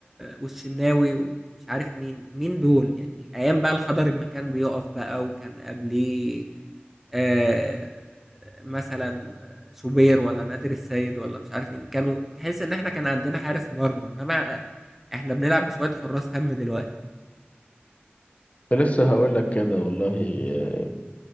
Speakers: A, in the centre; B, on the left.
A: والشناوي ومش عارف مين مين دول يعني ايام بقى الحضري ما كان بيقف بقى وكان قبليه آه مثلا شوبير ولا نادر السيد ولا مش عارف مين كانوا تحس ان احنا كان عندنا حارس مرمى انما احنا بنلعب بشوية حراس هم دلوقتي
B: كنت لسه هقول لك كده والله آه،